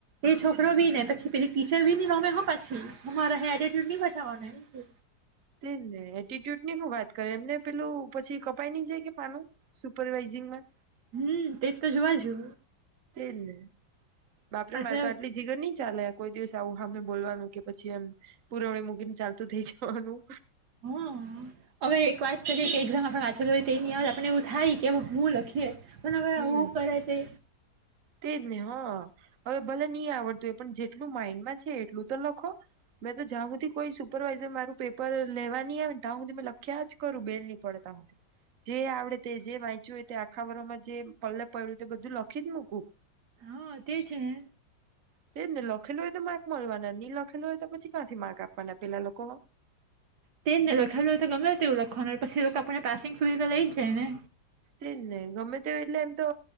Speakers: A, on the right; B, on the right.
A: એ છોકરો બી ને પછી પે ટીચર બી ની નમે હા પાછી હો મારા હે એટીટ્યુડ ની બતાવવાનું એમ કે
B: તેજને એટ્યુડ ની શું વાત કર એમને પેલું પછી કપાઈ નહી જાય કે પાનું સુપરવાઈઝિંગમાં?
A: હમ તેજ તો જોવા જુ.
B: તેજને બાપડે
A: એટલે
B: મારે તો આટલી જીગર નહી ચાલે. કોઈ દિવસ આવું હમે બોલવાનું કે પછી એમ પુરવણી મુકીન ચાલતું થઈ જવાનું.
A: હમ હવે એક વાત કરીએ કે એક્ઝામ માં આપણે વાંચેલું તેની આવડે આપણને એવું થાય કે હવે હું લખીએ. ઘણા
B: હમ
A: આવું કરે તે
B: તેજ ને હા હવે ભલે નહી આવડતું હોય પણ જેટલું માઈન્ડમાં છે એટલું તો લખો મેં તો જ્યાં સુધી કોઈ સુપરવાઈઝર મારું પેપર લેવા નહી આવે ને ત્યાં સુધી મેં લખ્યા જ કરું બેલ નહી પડે ત્યા સુધી જે આવડે તે જે વાંચ્યું તે આખા વરમાં જે પલ્લ પડ્યું તે બધું લખી જ મૂકું.
A: હા તે જ ને
B: તે જ ને લખેલું હોય તોજ માર્ક મળવાના નિ લખેલું હોય તો પછી ક્યાંથી માર્ક આપવાના પેલા લોકો.
A: તે જ નને લખેલુંય તો ગમે તેવું લખવાનું પછી આપણને પાસિંગ સુધી તો લઈ જ જાય ને.
B: તે નહ ગમે તે એટલે એમ તો